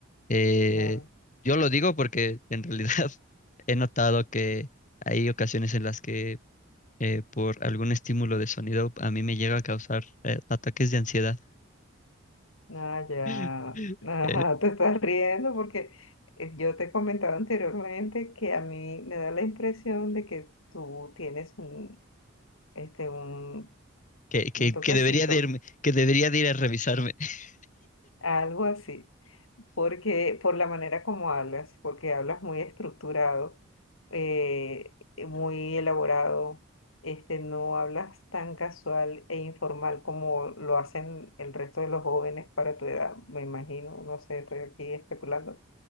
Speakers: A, on the left; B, on the left.
A: Eh,
B: claro.
A: yo lo digo porque en realidad <laughs> he notado que hay ocasiones en las que eh, por algún estímulo de sonido a mí me llega a causar eh, ataques de ansiedad
B: Ah, ya.
A: <laughs>
B: Ajá,
A: eh,
B: te estás riendo porque eh, yo te comentaba anteriormente que a mí me da la impresión de que tú tienes un, este, un,
A: que, que,
B: un toquecito,
A: que debería de irme, que debería de ir a revisarme. <laughs>
B: algo así, porque por la manera como hablas, porque hablas muy estructurado, eh, muy elaborado, este, no hablas tan casual e informal como lo hacen el resto de los jóvenes para tu edad, me imagino, no sé, estoy aquí especulando